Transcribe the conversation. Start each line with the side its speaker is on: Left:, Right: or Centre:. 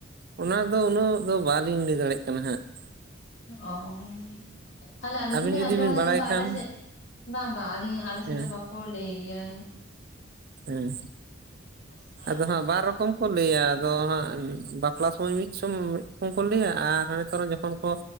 Right: ᱚᱱᱟ ᱫᱚ ᱩᱱᱟᱹᱜ ᱫᱚ ᱵᱟᱞᱤᱧ ᱞᱟᱹᱭ ᱫᱟᱲᱮᱜ ᱠᱟᱱᱟ ᱦᱟᱸᱜ ᱾
Left: ᱚᱻ ᱛᱟᱦᱞᱮ ᱟᱹᱞᱤᱧ
Right: ᱟᱹᱵᱤᱱ
Left: ᱦᱚᱞᱤᱧ
Right: ᱡᱩᱫᱤ
Left: ᱟᱸᱡᱚᱢ
Right: ᱵᱤᱱ
Left: ᱟᱠᱟᱫᱟ
Right: ᱵᱟᱲᱟᱭ
Left: ᱠᱤᱱᱛᱩ ᱟᱞᱮ
Right: ᱠᱷᱟᱱ
Left: ᱥᱮᱜ ᱵᱟᱝ ᱵᱟᱝ ᱟᱹᱞᱤᱧ ᱟᱞᱮ ᱥᱮᱫ
Right: ᱦᱮᱸ
Left: ᱫᱚ ᱵᱟᱠᱚ ᱞᱟᱹᱭ ᱜᱮᱭᱟ ᱾
Right: ᱦᱮᱸ
Left: <unintelligible>
Right: ᱟᱫᱚ ᱦᱟᱸᱜ ᱵᱟᱨ ᱨᱚᱠᱚᱢ ᱠᱚ ᱞᱟᱹᱭᱟ ᱟᱫᱚ ᱦᱟᱸᱜ ᱵᱟᱯᱞᱟ ᱥᱚᱢᱚᱭ ᱢᱤᱫ ᱥᱚᱢ ᱢᱤᱫ ᱥᱚᱢ ᱠᱚ ᱞᱟᱹᱭᱟ ᱟᱨ ᱦᱟᱱᱮ ᱛᱚᱨᱚ ᱡᱚ ᱠᱷᱚᱱ ᱠᱚ